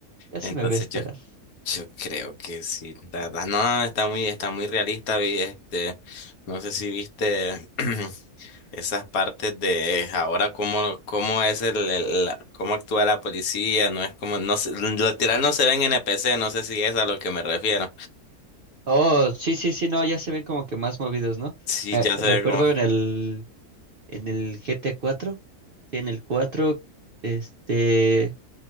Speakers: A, on the right; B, on the left.
A: Ya
B: Entonces
A: se me ve esperar.
B: yo Yo creo que sí. La verdad, no, no, está muy, está muy realista. Vi, este, no sé si viste <clears throat> esas partes de ahora cómo, cómo es el, el- la- cómo actúa la policía. No es como, no, se- literal no se ven NPC. No sé si es a lo que me refiero.
A: Oh, sí, sí, sí, no, ya se ven como que más movidos, ¿no?
B: Sí,
A: Eh,
B: ya
A: recuerdo
B: se ve como.
A: en el, en el GT cuatro sí, en el cuatro este,